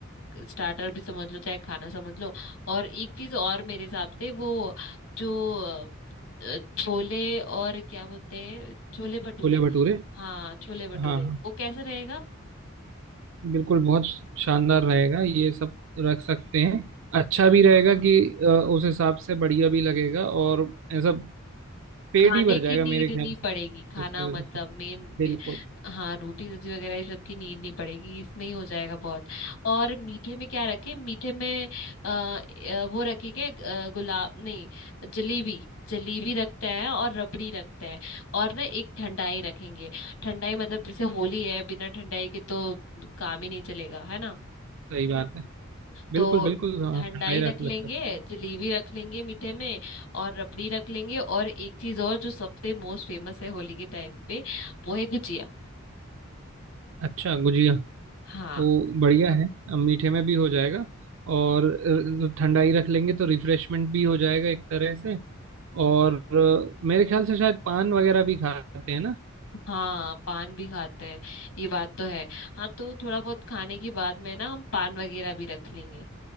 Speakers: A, on the left; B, on the right.
A: स्टार्टर भी समझ लो चाहे खाना समझ लो और एक चीज और मेरे हिसाब से वो जो अ, छोले और क्या बोलते हैं छोले भटूरे
B: छोले भटूरे
A: हाँ छोले भटूरे
B: हाँ हाँ
A: वो कैसा रहेगा
B: बिल्कुल बहुत शानदार रहेगा ये सब रख सकते हैं अच्छा
A: हाँ
B: भी रहेगा कि अ, उस हिसाब से बढ़िया भी लगेगा और ऐसा पेट
A: खाने
B: ही भर
A: की
B: जाएगा
A: नीड
B: मेरे ख्याल
A: नहीं
B: से
A: पड़ेगी खाना
B: तो उसकी
A: मतलब
B: वजह से
A: मेन
B: बिल्कुल
A: में हाँ रोटी सब्जी वगैरह ये सब की नीड नहीं पड़ेगी इसमें ही हो जाएगा बहुत और मीठे में क्या रखें मीठे में आ, वो रखे के अ, गुलाब नहीं जलेबी जलेबी रखते हैं और रबड़ी रखते हैं और ना एक ठंडाई रखेंगे ठंडाई मतलब जैसे होली है बिना ठंडाई के तो काम ही नहीं चलेगा है ना
B: सही बात है बिल्कुल
A: तो
B: बिल्कुल हाँ
A: ठंडाई
B: ठंडा ही रहता
A: रख लेंगे
B: लग सकता
A: जलेबी रख लेंगे मीठे में और रबड़ी रख लेंगे और एक चीज और जो सबसे मोस्ट फेमस है होली के टाइम पे वो है गुजिया
B: अच्छा गुजिया
A: हाँ
B: तो बढ़िया है अब मीठे में भी हो जाएगा और अ, ठंडा ही रख लेंगे तो रिफ्रेशमेंट भी हो जाएगा एक तरह से और अ, मेरे ख्याल से शायद पान वगैरह भी खाते हैं ना
A: हाँ पान भी खाते हैं ये बात तो है हाँ तो थोड़ा बहुत खाने के बाद में ना हम पान वगैरह भी रख लेंगे